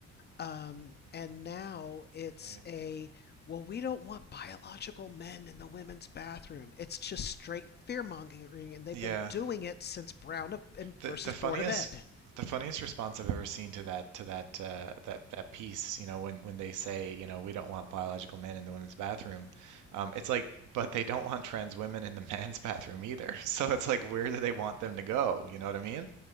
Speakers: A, on the left (about 35°); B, on the right (about 80°).
A: um, and now it's
B: Right.
A: a, well, we don't want biological men in the women's bathroom. It's just straight fear mongering, and they've
B: Yeah.
A: been doing it since Brown of,
B: The
A: versus
B: the
A: Board
B: funniest
A: of Ed.
B: the funniest response I've ever seen to that to that uh, that that piece, you know, when when they say, you know, we don't want biological men in the women's bathroom, um, it's like, but they don't want trans women in the <laughs> men's bathroom either. <laughs> So it's like, where do they want them to go? You know what I mean?